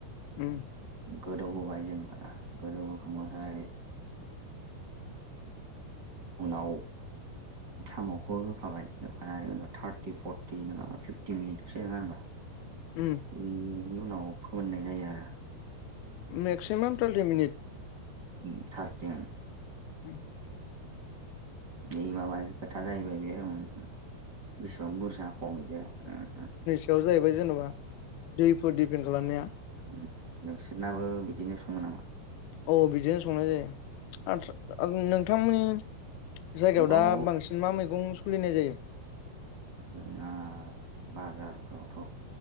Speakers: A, on the left; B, on the right.
A: उम
B: गोदौहोबाय जेनेबाना दा गोदौहोखांबाथाय उनाव साम'खौ होफाबाय होफानानै उनाव थार्टि फरटि नोङाबा फिफ्टि मिनिटसो नङा होनबा?
A: उम।
B: <unintelligible> नि उनाव फोमोननाय जायो आरो।
A: मेक्सिमाम टुन्टि मिनिट
B: उम टार्टिन
A: उ
B: बे माबा खोथा जाहैबाय बेये उम उम बेसेबां बुरजा खम बिदिया ओ ओ।
A: बेयाव जाहैबाय जेन'बा दैफोर डिपेन्ड खालामनाया
B: उम नोंसिरनाबो बिदिनो सङो नामा?
A: औ बिदिनो संनाय जायो। आदसा नोंथांमोननि जायगायाव
B: बाव
A: दा बांसिन मा मैगं सलिनाय जायो?
B: जोंना बाजारफ्रावथ'